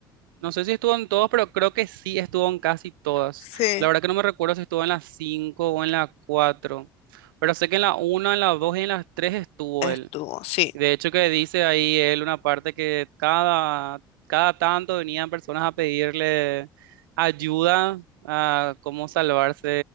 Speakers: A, on the right; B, on the left.
A: No sé si estuvo en todos, pero creo que sí estuvo en casi todas.
B: sí,
A: La verdad que no me recuerdo si estuvo en las 5 o en las 4, pero sé que en la una, en las 2 y en las 3 estuvo
B: estuvo,
A: él.
B: sí.
A: De hecho que dice ahí él una parte que cada, cada tanto venían personas a pedirle ayuda a cómo salvarse